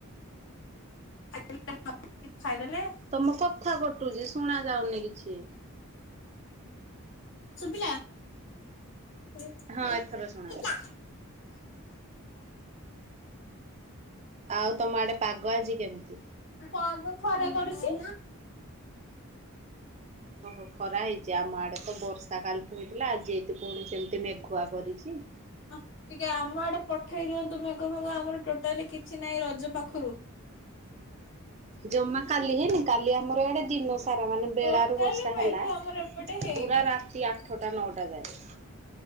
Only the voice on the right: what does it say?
ତମ କଥା କଟୁଛି ଶୁଣା ଯାଉନି କିଛି।
ହଁ ଏଥର ଶୁଣାଗଲା। ଆଉ ତମ ଆଡେ ପାଗ ଆଜି କେମିତି?
ଓହୋ ଖରା ହେଇଛି ଆମ ଆଡେ ତ ବର୍ଷା କାଳ ତ ହେଇଥିଲା ଆଜିତ ପୁଣି ସେମିତି ମେଘୁଆ କରିଛି।
ଜମା କାଲି ହେନି କାଲି ଆମର ଏଡେ ଦିନ ସାରା ମାନେ
ବେଳାରୁ ବର୍ଷା
ହେଲା
ପୁରା ରାତି ଆଠଟା ନଅଟା ଯାଏ।